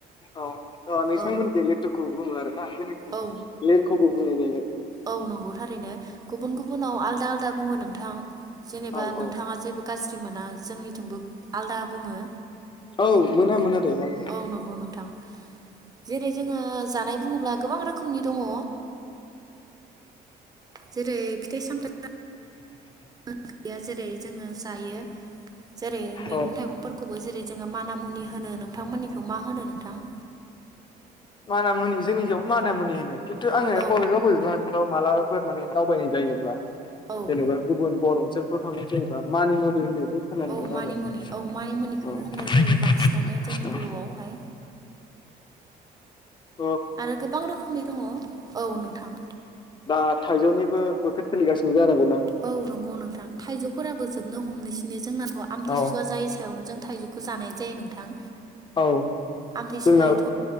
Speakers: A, on the left; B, on the right.
A: औ नोंथांमोनथि
B: औ
A: लिथुखुबो बुङो आरोना जोंनि
B: औ
A: लिरखुबो बुंनाय जायो।
B: औ नंगौ थारैनो गुबुन गुबुनाव आलदा आलदा बुङो। नोंथां जेनेबा
A: औ औ
B: नोंथाङा जेबो गाज्रि मोना जोंनिथिंबो आलदा बुङो।
A: औ मोना मोना दे मानो मोन
B: औ नंगौ नोंथां जेरै जोङो जानाय बुङोब्ला गोबां रोखोमनि दङ जेरै फिथाइ सामथाय ओंखैया जेरै जोङो जायो जेरै मैगं
A: औ
B: थाइगंफोरखौबो जेरै जोङो माना मुनि होनो नों नोंथांमोननिखौ मा होनो नोंथां
A: मान मुनि जोंनिआव मान मुनि होनो खिनथुआंङो
B: औ
A: बबेबा बबेबा ओनसोलाव मालाबा फोर माने दावबाय नाय जायोब्ला
B: औ
A: जेनबा गुबुन बर फ्राव थांनाय जायोबा मानि मुुलि होनो बे खोनानो
B: औ
A: मोनो
B: मानिमुनि
A: आरो
B: औ मानिमुनिखौनो
A: औ
B: होननाय जायो बांसिनानो जोंनि बर'आवहाय
A: औ औ
B: आरो गोबां रोखोमनि दङ औ नोंथां
A: दा थाइजौनिबो बोथोर सोलिगासिनो जानांगौ
B: औ नंगौ नोंथां थाइजौफोराबो जोबनो हमनोसै बे जोंना आमथिं
A: औ
B: सुवा जायै सायावनो जों थाइजौ खौ जानाय जायो नोंथां
A: औ
B: आमथिंसुयाथ
A: जोंना